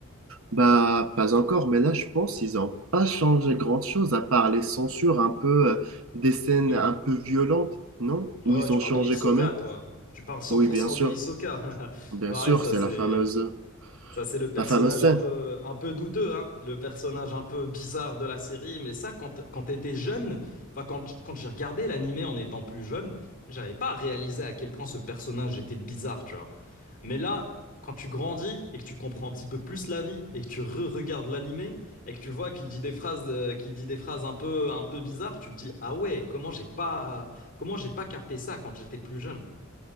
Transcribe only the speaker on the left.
Hmm.
Oh,
tu
parles
de Hisoka,
toi. Tu parles 100%
de Hisoka. <laughs>
Ouais,
ça
c'est.
Ça, c'est le personnage
un peu, un peu douteux, hein, le personnage un peu bizarre de la série. Mais ça, quand, quand t'étais jeune, enfin, quand, j- quand j'ai regardé l'animé en étant plus jeune, j'avais pas réalisé à quel point ce personnage était bizarre, tu vois. Mais là, quand tu grandis et que tu comprends un petit peu plus la vie et que tu re-regardes l'animé et que tu vois qu'il dit des phrases, euh, qu'il dit des phrases un peu, un peu bizarres, tu te dis, ah ouais, comment j'ai pas, comment j'ai pas capté ça quand j'étais plus jeune?